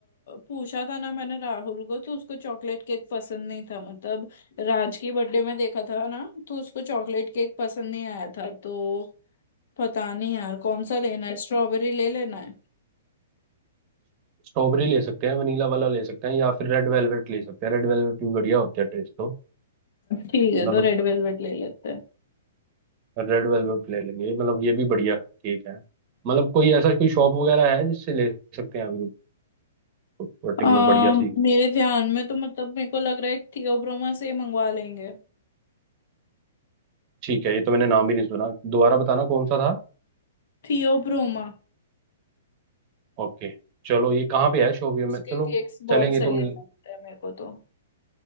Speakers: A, on the left; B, on the right.
A: पूछा था ना मैंने राहुल को तो उसको चॉकलेट केक पसंद नहीं था मतलब राज की बर्थडे में देखा था ना तो उसको चॉकलेट केक पसंद नहीं आया था तो पता नहीं यार कौन सा लेना है स्ट्रॉबेरी ले लेना है
B: स्ट्रॉबेरी ले सकते हैं वनीला वाला ले सकते हैं या फिर रेड वेलवेट ले सकते हैं रेड वेलवेट भी बढ़िया होता है टेस्ट तो
A: ठीक है
B: मतलब
A: तो रेड वेलवेट ले लेते हैं
B: रेड वेलवेट ले लेंगे मतलब ये भी बढ़िया केक है मतलब कोई ऐसा कोई शॉप वगैरह है जिससे ले सकते हैं अभी पर्टिकुलर
A: अम,
B: बढ़िया सी
A: मेरे ध्यान में तो मतलब मेरे को लग रहा है थियोब्रोमा से ही मंगवा लेंगे
B: ठीक है ये तो मैंने नाम ही नहीं सुना दोबारा बताना कौन सा था
A: थियोब्रोमा
B: ओके चलो ये कहाँ पे है शोपियो
A: उसके
B: में चलो
A: केक्स बहुत
B: चलेंगे
A: सही
B: तुम
A: लगते हैं मेरे को तो